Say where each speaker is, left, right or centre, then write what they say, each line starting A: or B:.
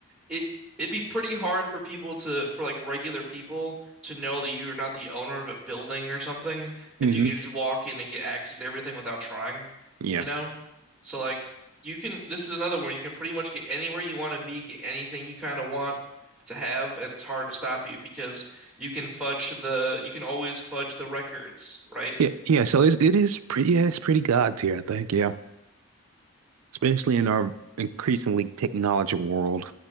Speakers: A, in the centre; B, on the right.
A: it it'd be pretty hard for people to for like regular people to know that you're not the owner of a building or something
B: hmm
A: if you can just walk in and get access to everything without trying,
B: Yeah.
A: you know? So like you can this is another one you can pretty much get anywhere you want to be, get anything you kind of want to have, and it's hard to stop you because you can fudge the you can always fudge the records, right?
B: Yeah, yeah. So it's, it is pretty. Yeah, it's pretty God tier, I think. Yeah, especially in our increasingly technological world,